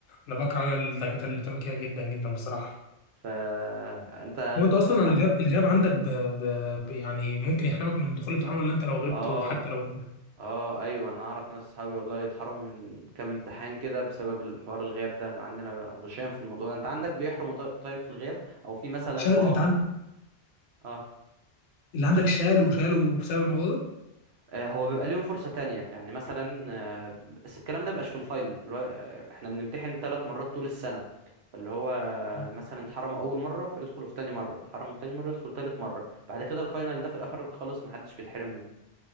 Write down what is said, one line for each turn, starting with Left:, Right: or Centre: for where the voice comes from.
Left: انا بكره الدكاتره اللي بتعمل كده جدا جدا بصراحه
Right: فانت
Left: لو انت اصلا الغياب الغياب عندك ب... ب... ب... يعني ممكن يحرمك من دخول الامتحان ولا انت لو غبت
Right: اه
Left: وحتى لو
Right: اه ايوه انا اعرف ناس اصحابي والله يتحرموا من كام امتحان كده بسبب الحوار الغياب ده عندنا غشام في الموضوع ده انت عندك بيحرموا طي- طيب في الغياب او في مثلا
Left: شال
Right: مواقف
Left: انت عن...
Right: اه
Left: اللي عندك شالوا شالوا بسبب الموضوع
Right: آه، هو بيبقى ليهم فرصة تانية يعني مثلا آه، بس الكلام ده مبقاش في الفاينل اللي هو، آه، احنا بنمتحن ثلاث مرات طول السنة فاللي هو آه،
Left: ده
Right: مثلا اتحرموا أول مرة فيدخلوا في تاني مرة اتحرموا تاني مرة يدخلوا تالت مرة بعد كده الفاينل ده في الآخر خالص محدش بيتحرم منه